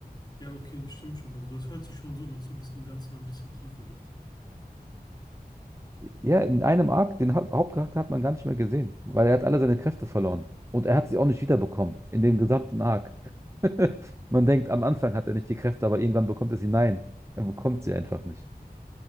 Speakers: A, on the left; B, on the right.
A: Ja, okay, stimmt schon. Also das hört sich schon so an, als ob es dem Ganzen ein bisschen Tiefe gibt.
B: Ja, in einem Arc, den Ha- Hauptcharakter hat man gar nicht mehr gesehen, weil er hat alle seine Kräfte verloren. Und er hat sie auch nicht wiederbekommen, in dem gesamten Arc. <laughs> Man denkt, am Anfang hat er nicht die Kräfte, aber irgendwann bekommt er sie. Nein, er bekommt sie einfach nicht.